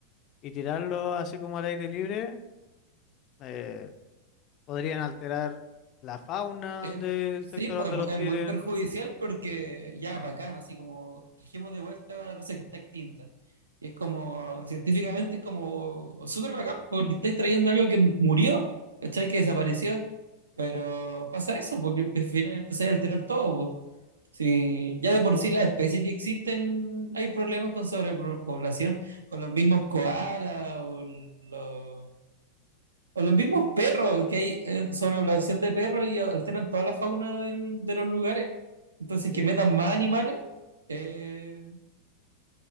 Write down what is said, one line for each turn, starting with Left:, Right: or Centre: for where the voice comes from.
Left: y tirarlos así como al aire libre, eh, podrían alterar la fauna
Right: Eh,
Left: del
Right: sí,
Left: sector
Right: pues
Left: donde
Right: es, mu-
Left: los
Right: es
Left: tiren,
Right: muy perjudicial porque ya, bacán, así como trajimos de vuelta una raza que está extinta. Y es como, científicamente es como súper bacán porque estáis trayendo algo que murió, ¿cachai? Que desapareció. Pero pasa eso, porque al final empezáis a alterar todo. po. Sí, ya de por sí las especies que existen, hay problemas con sobrepoblación, con los mismos koalas o los o los mismos perros, que hay eh, sobrepoblación de perros y alteran toda la fauna del- de los lugares. Entonces,
Left: Sí,
Right: que metan más animales eh,